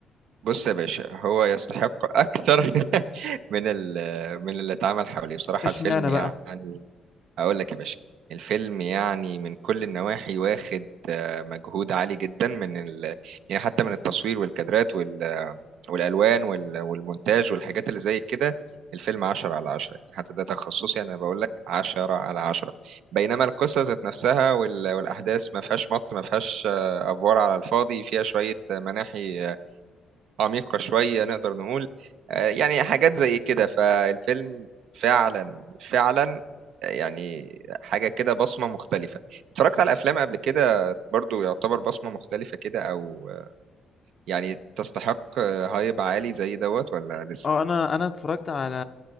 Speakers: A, on the right; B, on the left.
A: بص يا باشا هو يستحق أكتر <laughs> من ال... من اللي اتعمل حواليه بصراحة
B: اشمعنى
A: الفيلم يعني
B: بقى
A: أقول لك يا باشا الفيلم يعني من كل النواحي واخد آه، مجهود عالي جدا من ال... يعني حتى من التصوير والكادرات والالوان وال- والمونتاج والحاجات اللي زي كده الفيلم 10 على 10 يعني حتى ده تخصصي انا بقول لك 10 على 10 بينما القصه ذات نفسها وال- والاحداث ما فيهاش مط ما فيهاش آه، افوار على الفاضي فيها شويه آه، مناحي آه، عميقه شويه نقدر نقول آه، يعني حاجات زي كده فالفيلم فعلا فعلا آه، يعني حاجه كده بصمه مختلفه اتفرجت على افلام قبل كده برضو يعتبر بصمه مختلفه كده او يعني تستحق هايب عالي زي دوت ولا لسه
B: اه انا انا اتفرجت على